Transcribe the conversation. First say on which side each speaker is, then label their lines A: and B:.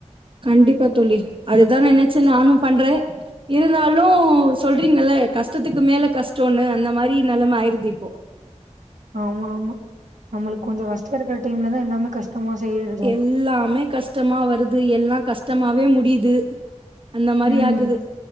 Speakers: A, on the right; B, on the right.
A: கண்டிப்பா தோழி அதுதா நெனச்சு நானு பண்றே இருந்தாலு சொல்றீங்கல்ல கஷ்டத்துக்கு மேல கஷ்டோன்னு அந்த மாரி நெலம ஆயிருது இப்போ
B: ஆமா ஆமா நம்மளுக்கு கொஞ்சோ கஷ்டோ இருக்கற டைம்ல தா எல்லாமே கஷ்ட த்தம்மா செய்ற
A: எல்லாமே கஷ்டமா வருது எல்லா கஷ் டமாவே முடியுது அந்த மாரி
B: ம்
A: ஆகுது